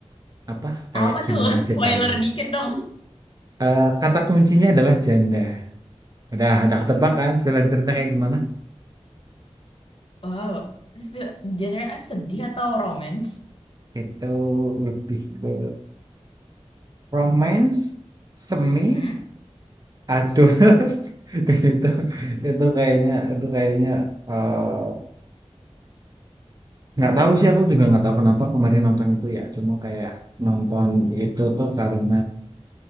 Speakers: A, on the right; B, on the left.
A: apa kayak
B: Apa
A: gimana
B: tuh? <laughs>
A: ceritanya.
B: Spoiler dikit dong.
A: Eh, kata kuncinya adalah janda. Udah, udah ketebak kan jalan cerita kayak gimana?
B: Wow. Sp- Genre sedih atau romance?
A: Itu lebih ke romance, semi,
B: Hmm?
A: aduh. <laughs> Dan itu itu kayaknya itu kayaknya eh, nggak tahu sih aku juga nggak tahu kenapa kemarin nonton itu ya. Cuma kayak nonton itu tuh karena